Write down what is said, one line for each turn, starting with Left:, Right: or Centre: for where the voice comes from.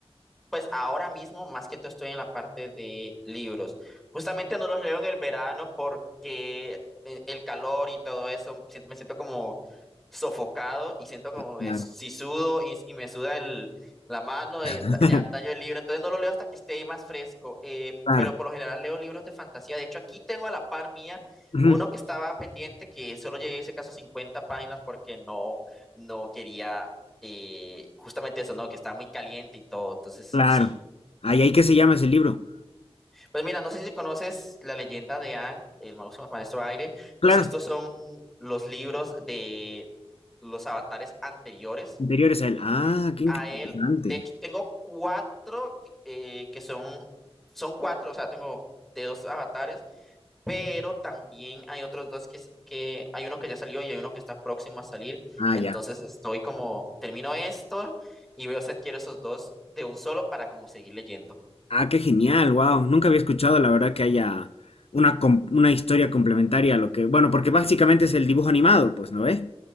Centre: Pues ahora mismo, más que todo, estoy en la parte de libros. Justamente no los leo en el verano porque eh, el calor y todo eso, si- me siento como sofocado y siento como
Left: Claro,
Centre: que si sudo y, y me suda el- la mano, eh,
Left: <laughs>
Centre: da- ya daño el libro. Entonces no lo leo hasta que esté más fresco. eh,
Left: claro,
Centre: pero por lo general leo libros de fantasía. De hecho, aquí tengo a la par mía
Left: ujú,
Centre: uno que estaba pendiente, que solo llegué a ese caso a 50 páginas porque no, no quería y justamente eso, ¿no? Que está muy caliente y todo. Entonces,
Left: claro.
Centre: sí.
Left: Ay, ay, ¿qué se llama ese libro?
Centre: Pues mira, no sé si conoces la leyenda de Aang, el máximo maestro aire.
Left: Claro,
Centre: Pues estos son los libros de los avatares anteriores
Left: anteriores a él. Ah, qué
Centre: a
Left: interesante.
Centre: él. De hecho, tengo cuatro que eh, que son, son cuatro, o sea, tengo de dos avatares pero también hay otros dos que, s- que hay uno que ya salió y hay uno que está próximo a salir.
Left: Ah,
Centre: Entonces
Left: ya.
Centre: estoy como, termino esto y veo si adquiero esos dos de un solo para como seguir leyendo.
Left: Ah, qué genial, wow. Nunca había escuchado, la verdad, que haya una, com- una historia complementaria a lo que. Bueno, porque básicamente es el dibujo animado, pues, ¿no ves?